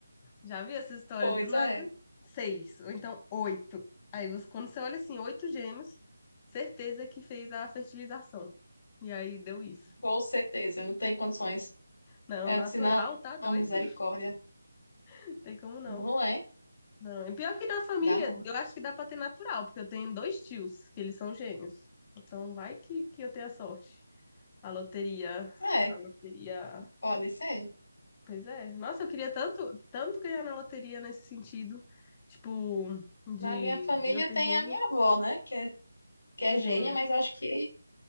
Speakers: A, on the left; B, on the left.
A: Já vi essas histórias
B: Pois
A: do nada?
B: é,
A: Seis, ou então oito. Aí você, quando você olha assim, oito gêmeos, certeza que fez a fertilização. E aí deu isso.
B: com certeza, não tem condições.
A: Não,
B: Aí
A: natural,
B: Eu disse, não,
A: tá doido?
B: não, misericórdia.
A: <laughs> Não tem como não.
B: Não é,
A: Não, e pior que da família,
B: dá não.
A: eu acho que dá pra ter natural, porque eu tenho dois tios, que eles são gêmeos. Então vai que, que eu tenha sorte. A loteria,
B: É,
A: a loteria.
B: pode ser.
A: Pois é. Nossa, eu queria tanto, tanto ganhar na loteria nesse sentido. Tipo, de,
B: Na minha família
A: de eu ter
B: tem
A: gêmeo.
B: a minha avó, né? Que é, que é
A: É
B: gênia,
A: gêmea.
B: mas acho que